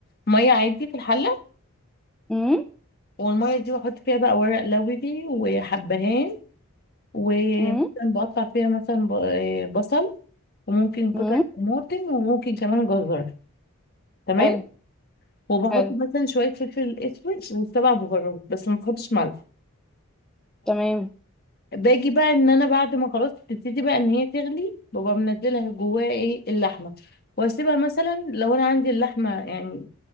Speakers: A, on the left; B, in the centre.
A: مية عادي في الحلة
B: امم
A: والمية دي بحط فيها بقى ورق لوري وحبهان ومثلا
B: امم
A: بقطع فيها مثلا ب- آه، بصل وممكن قطع
B: امم
A: طماطم وممكن كمان جزر تمام
B: حلو
A: وبحط
B: حلو
A: مثلا شوية فلفل اسود وسبع بهارات بس ما بحطش ملح
B: تمام
A: باجي بقى ان انا بعد ما خلاص تبتدي بقى ان هي تغلي ببقى منزلها جواها ايه اللحمة واسيبها مثلا لو انا عندي اللحمة يعني